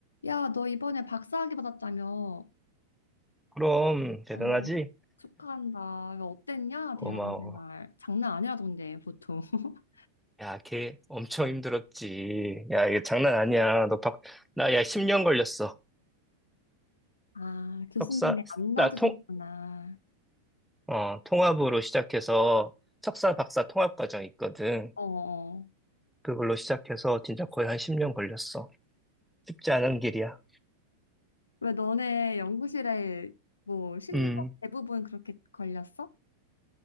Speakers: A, on the left; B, in the centre.
A: 야, 너 이번에 박사학위 받았다며?
B: 그럼 대단하지?
A: 어, 축하한다. 야, 어땠냐?
B: 고마워.
A: 대학원 생활. 장난 아니라던데, 보통. <laughs>
B: 야, 걔 엄청 힘들었지. 야, 이거 장난 아니야. 너 박, 나 야, 10년 걸렸어.
A: 아, 교수님이
B: 석사,
A: 안 놔주셨구나.
B: 나 통, 어, 통합으로 시작해서 석사 박사 통합 과정이 있거든.
A: 어, 어.
B: 그걸로 시작해서 진짜 거의 한 10년 걸렸어. 쉽지 않은 길이야.
A: 왜 너네 연구실에 뭐, 심도
B: 음.
A: 대부분 그렇게 걸렸어?